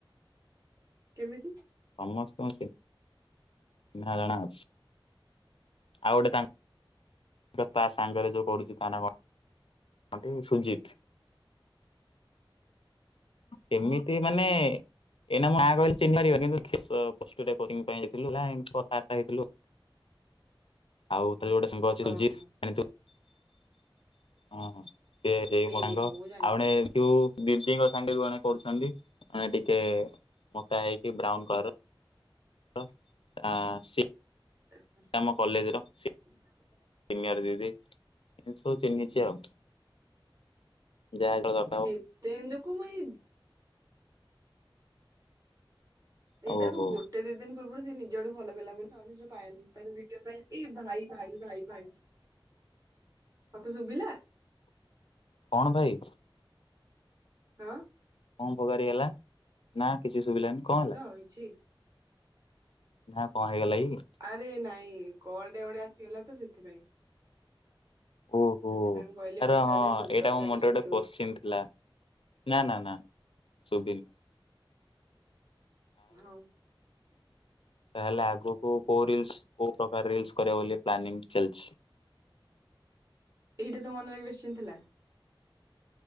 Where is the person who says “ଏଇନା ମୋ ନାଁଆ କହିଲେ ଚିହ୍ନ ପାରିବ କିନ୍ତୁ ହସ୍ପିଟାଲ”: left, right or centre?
Left